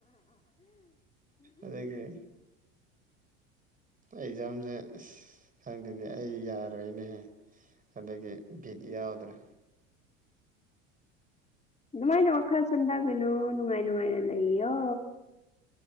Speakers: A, on the right; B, on the left.
A: ꯑꯗꯨꯒꯤ ꯑꯩꯖꯥꯝꯖꯦ ꯑꯁ ꯈꯪꯗꯦꯅꯦ ꯑꯩ ꯌꯥꯔꯣꯏꯅꯦꯍꯦ ꯑꯗꯨꯒꯤ ꯕꯤꯠ ꯌꯥꯎꯗ꯭ꯔꯦ
B: ꯑꯗꯨꯃꯥꯏꯅ ꯋꯥꯈꯜ ꯁꯣꯟꯊꯒꯤꯅꯨ ꯅꯨꯡꯉꯥꯏ ꯅꯨꯡꯉꯥꯏꯅ ꯂꯩꯌꯣ